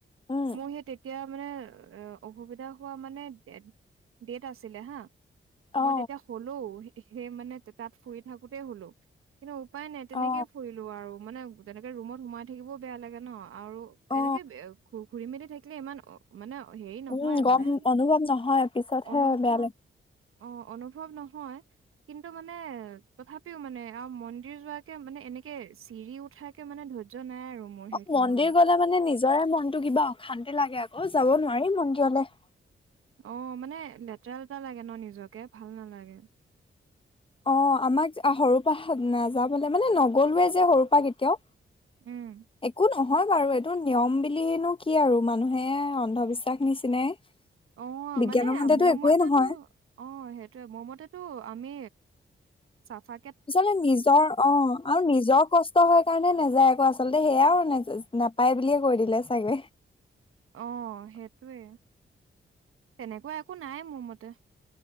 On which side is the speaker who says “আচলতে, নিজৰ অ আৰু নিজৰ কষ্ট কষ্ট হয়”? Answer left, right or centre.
Left